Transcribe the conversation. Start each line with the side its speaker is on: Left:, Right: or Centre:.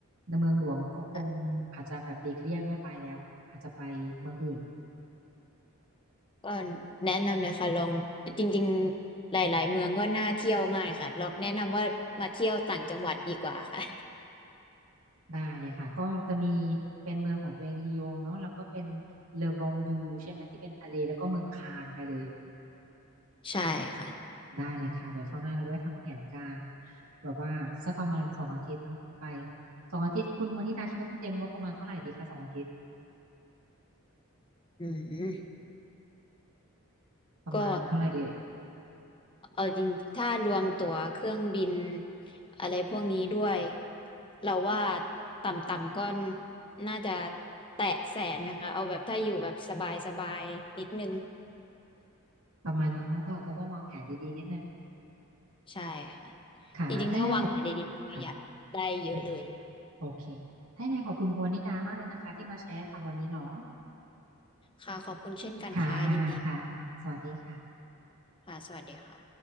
Right: ในเมืองหลวงเขาคงอาจจะแบบหลีกเลี่ยงไม่ไปแล้วอาจจะไปเมืองอื่น
Left: ค่ะก็แนะนำเลยค่ะลองจริงๆหลายๆเมืองก็น่าเที่ยวมากค่ะลองแนะนำว่ามาเที่ยวต่างจังหวัดดีกว่าค่ะ
Right: ได้เลยค่ะก็จะมีเป็นเมืองของตัวเองลียงเนาะแล้วก็เป็นเลอวองดูใช่ไหมที่เป็นทะเลแล้วก็เมืองคานไปเลย
Left: ใช่ค่ะ
Right: ได้เลยค่ะเดี๋ยวคราวหน้าเราไว้ทำแผนการแบบว่าสักประมาณสองอาทิตย์เนาะไปสองอาทิตย์คุณวันนี้ดาคิดว่าต้องเตรียมงบประมาณเท่าไหร่ดีคะสองอาทิตย์
Left: อืม
Right: ประมาณเท่าไหร่ดีเอ่ย
Left: ก็เอาจริงถ้ารวมตั๋วเครื่องบินอะไรพวกนี้ด้วยเราว่าต่ำๆก็น่าจะแตะแสนไหมคะเอาแบบถ้าอยู่แบบสบายๆนิดนึง
Right: ประมาณนั้นเนาะต้องอาจจะต้องวางแผนดีๆนิดนึง
Left: ใช่ค่ะ
Right: ค่ะถ้ายังไงขอบ
Left: จริงๆถ้าวางแผนได้ดีประหยัดได้เยอะเลย
Right: ค่ะอืมโอเคถ้ายังไงขอบคุณคุณวนิดามากเลยนะคะที่มาแชร์ให้ฟังวันนี้เนาะ
Left: ค่ะขอบคุณเช่นกันค่ะยินดี
Right: ค่ะค่ะสวัสดีค่ะ
Left: ค่ะสวัสดีค่ะ